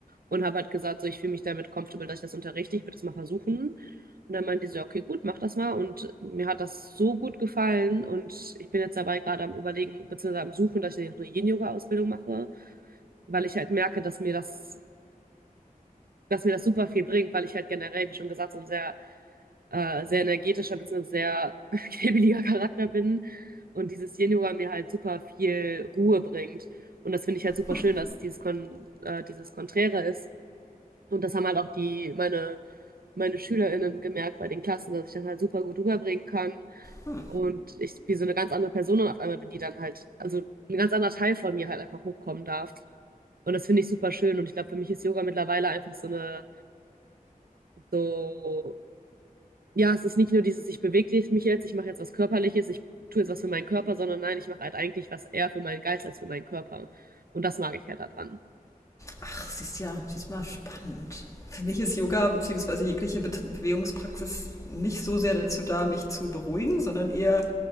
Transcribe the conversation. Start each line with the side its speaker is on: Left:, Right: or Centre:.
Right: und habe halt gesagt, so, ich fühle mich damit comfortable, dass ich das unterrichte, ich würde das mal versuchen. Und dann meinte die so, ja, okay, gut, mach das mal. Und mir hat das so gut gefallen und ich bin jetzt dabei gerade am Überlegen, beziehungsweise am Suchen, dass ich eine Yin-Yoga-Ausbildung mache, weil ich halt merke, dass mir das, dass mir das super viel bringt, weil ich halt generell, wie schon gesagt, so ein sehr äh, sehr energetischer bzw. sehr <laughs> kribbeliger Charakter bin und dieses Yin-Yoga mir halt super viel Ruhe bringt. Und das finde ich halt super
Left: Hm,
Right: schön, dass dieses, Kon äh, dieses Konträre ist. Und das haben halt auch die, meine, meine SchülerInnen gemerkt bei den Klassen, dass ich das halt super gut rüberbringen kann.
Left: hm.
Right: Und ich wie so eine ganz andere Person auf einmal bin, die dann halt, also ein ganz anderer Teil von mir halt einfach hochkommen darf. Und das finde ich super schön. Und ich glaube, für mich ist Yoga mittlerweile einfach so eine, so ja, es ist nicht nur dieses, ich bewege mich jetzt, ich mache jetzt was Körperliches, ich tue jetzt was für meinen Körper, sondern nein, ich mache halt eigentlich was eher für meinen Geist als für meinen Körper. Und das mag ich halt daran.
Left: Ach, siehst ja, siehst mal spannend. Für mich ist Yoga bzw. jegliche Bet- Bewegungspraxis nicht so sehr dazu da, mich zu beruhigen, sondern eher